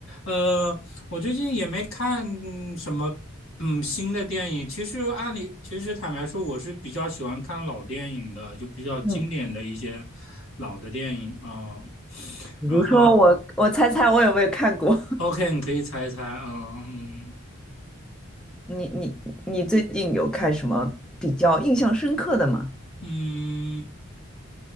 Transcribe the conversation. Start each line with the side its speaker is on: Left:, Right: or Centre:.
Left: 呃，我最近也没看嗯什么嗯新的电影。其实按理，其实坦白说，我是比较喜欢看老电影的，就比较经典的一些
Centre: 嗯。
Left: 老的电影啊。呃
Centre: 比如说我，
Left: 然后
Centre: 我猜猜我有没有看过？<laughs>
Left: OK，你可以猜一猜啊，嗯
Centre: 你你你最近有看什么比较印象深刻的吗？
Left: 嗯